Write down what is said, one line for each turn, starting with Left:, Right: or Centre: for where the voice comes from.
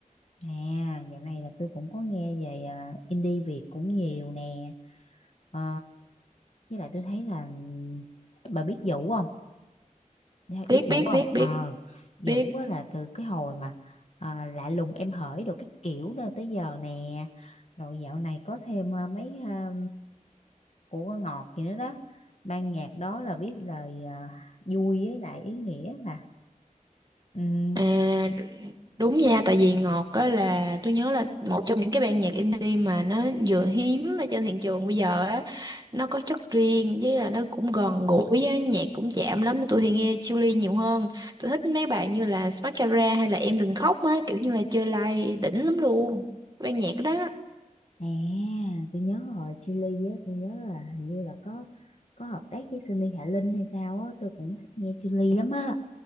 Left: À, dạo này là tôi cũng có nghe về ờ, indie Việt cũng nhiều nè. Ờ, với lại tôi thấy là bà biết Vũ không? Dạ,
Right: Biết
Left: biết đủ
Right: biết
Left: không?
Right: biết biết
Left: Ờ,
Right: biết.
Left: Ừ. Vũ á là từ cái hồi mà à, lạ lùng em hởi đồ các kiểu nữa tới giờ nè. Rồi dạo này có thêm à, mấy à, của Ngọt gì nữa đó. Ban nhạc đó là viết lời à, vui với lại ý nghĩa mà. Ừ.
Right: À, đúng nha, tại vì Ngọt á là tôi nhớ là một trong những cái ban nhạc indie mà nó vừa hiếm ở trên thị trường bây giờ á, nó có chất riêng với là nó cũng gần gũi á, nhạc cũng chạm lắm. Tôi thì nghe Chillies nhiều hơn. Tôi thích mấy bài như là Mascara hay là Em Đừng Khóc á, kiểu như là chơi live đỉnh lắm luôn. Ban nhạc đó.
Left: À, tôi nhớ hồi Chillies á, tôi nhớ là hình như là có có hợp tác với Sunny Hạ Linh hay sao á, tôi cũng thích nghe Chillies lắm á.